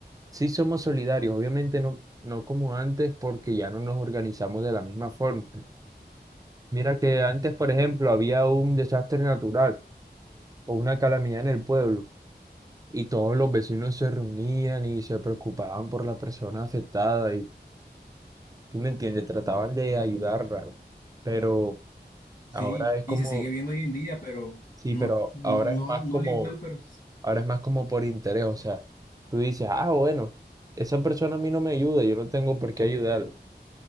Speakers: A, on the right; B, on the left.
A: sí somos solidarios, obviamente no, no como antes, porque ya no nos organizamos de la misma forma. Mira que antes, por ejemplo, había un desastre natural o una calamidad en el pueblo. y todos los vecinos se reunían y se preocupaban por la persona afectada y, ¿sí me entiendes? Trataban de ayudarla, pero
B: Sí,
A: ahora es
B: y
A: como,
B: se sigue viendo hoy en día, pero
A: sí,
B: no,
A: pero
B: no,
A: ahora
B: no,
A: es más
B: no
A: como,
B: le igual, pero s-
A: ahora es más como por interés, o sea, tú dices, ah, bueno, esa persona a mí no me ayuda, yo no tengo por qué ayudarla.